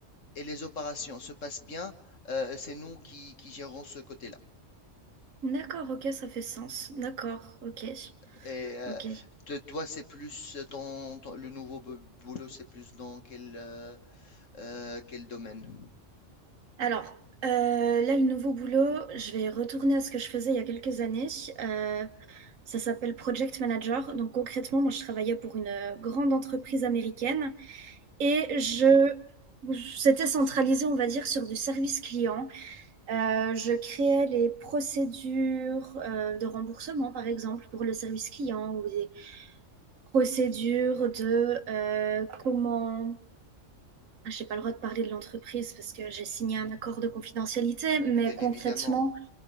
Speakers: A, on the left (about 75°); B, on the right (about 90°).
A: et les opérations se passent bien, euh, c'est nous qui, qui gérons ce côté-là.
B: D'accord, ok, ça fait sens. D'accord, ok,
A: Et euh,
B: ok.
A: te- toi, c'est plus ton, ton- le nouveau bou- boulot, c'est plus dans quel, euh, euh, quel domaine?
B: Alors, euh, là, le nouveau boulot, je vais retourner à ce que je faisais il y a quelques années. Euh, ça s'appelle Project Manager. Donc, concrètement, moi, je travaillais pour une euh, grande entreprise américaine et je, c'était centralisé, on va dire, sur du service client. Euh, je créais les procédures euh, de remboursement, par exemple, pour le service client ou des procédures de euh, comment... Je n'ai pas le droit de parler de l'entreprise parce que j'ai signé un accord de confidentialité, mais
A: Bien
B: concrètement,
A: évidemment.